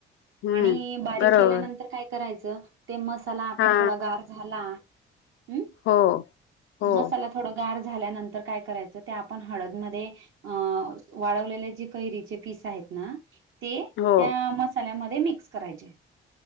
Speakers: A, on the left; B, on the right.
A: हम्म
B: आणि बारीक
A: बरोबर
B: केल्यानंतर काय करायचं ते मसाला आपला
A: हा
B: थोडा गार झाला हम्म
A: हो हो
B: मसाल्यात थोडं गार झाल्यानंतर काय करायचं ते आपण हळदमध्ये अह वाळवलेले जे कैरीचे पीस आहेत ना ते
A: हो
B: त्या मसाल्यामध्ये मिक्स करायचे.